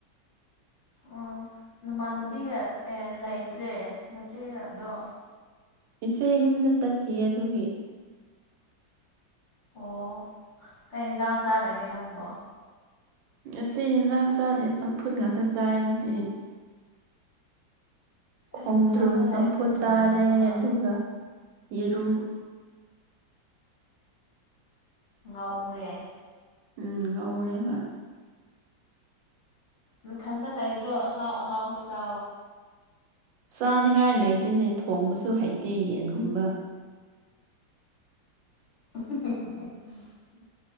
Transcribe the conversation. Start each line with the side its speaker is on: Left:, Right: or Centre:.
Left: ꯑꯣ ꯅꯃꯥꯟꯅꯕꯤꯒ ꯑꯦ ꯂꯩꯇ꯭ꯔꯦ ꯅꯆꯦꯒꯗꯣ
Right: ꯏꯆꯦ ꯌꯨꯝꯗ ꯆꯠꯈꯤ ꯑꯗꯨꯒꯤ
Left: ꯑꯣ ꯀꯩ ꯌꯦꯟꯖꯥꯡ ꯆꯥꯔꯒꯦ ꯅꯪꯕꯣ
Right: ꯉꯁꯤ ꯏꯟꯖꯥꯡ ꯆꯥꯥꯗꯦ ꯆꯝꯐꯨꯠ ꯉꯥꯛꯇ ꯆꯥꯏ ꯉꯁꯤ ꯈꯣꯡꯗ꯭ꯔꯨꯝ
Left: ꯑꯁ ꯅꯊꯟꯗ
Right: ꯆꯝꯐꯨꯠ
Left: ꯂꯩꯕꯗꯣ ꯅꯨꯡꯉꯥꯏꯔꯝꯃꯔꯣꯏ
Right: ꯆꯥꯔꯦ ꯑꯗꯨꯒ ꯌꯦꯔꯨꯝ
Left: ꯉꯧꯔꯦ
Right: ꯎꯝ ꯉꯧꯔꯦ ꯍꯣꯏ
Left: ꯃꯊꯟꯗ ꯂꯥꯛꯏꯕꯗꯣ ꯑꯍꯥꯎ ꯑꯍꯥꯎꯕ ꯆ
Right: ꯆꯥꯅꯤꯉꯥꯏ ꯂꯩꯇꯦꯅꯦ ꯊꯣꯡꯕꯁꯨ ꯍꯩꯇꯦ ꯌꯦꯟꯒꯨꯝꯕ
Left: <inaudible>